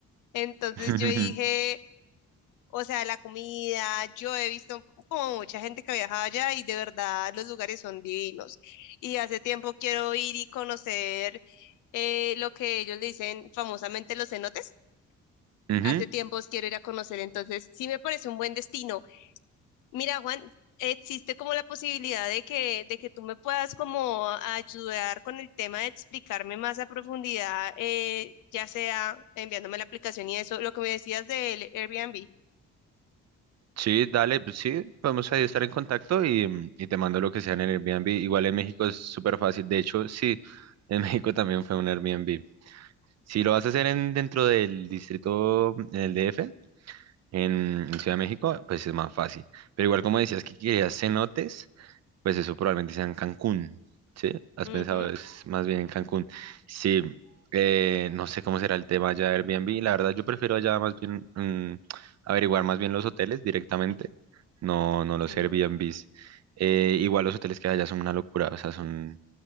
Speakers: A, on the left (about 85°); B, on the right (about 60°).
A: Entonces
B: <laughs>
A: yo dije... O sea, la comida, yo he visto como mucha gente que viaja allá y de verdad los lugares son divinos. Y hace tiempo quiero ir y conocer eh, lo que ellos le dicen famosamente los cenotes.
B: Ujú,
A: Hace tiempos quiero ir a conocer, entonces sí me parece un buen destino. Mira, Juan, existe como la posibilidad de que, de que tú me puedas como ayudar con el tema de explicarme más a profundidad, eh, ya sea enviándome la aplicación y eso, lo que me decías del Airbnb.
B: Sí, dale, pues sí, podemos ahí estar en contacto y, mm, y te mando lo que sea en el Airbnb. Igual en México es súper fácil, de hecho, sí, en <laughs> México también fue un Airbnb. Si lo vas a hacer en, dentro del distrito, mm, en el D F en, en Ciudad de México, pues es más fácil. Pero igual como decías que querías cenotes, pues eso probablemente sea en Cancún, ¿sí? ¿Has
A: Ujú,
B: pensado es más bien en Cancún? Sí, eh, no sé cómo será el tema allá de Airbnb, la verdad yo prefiero allá más bien mm, averiguar más bien los hoteles directamente, no, no los
A: sí.
B: Airbnbs. Eh, igual los hoteles que hay allá son una locura, o sea, son,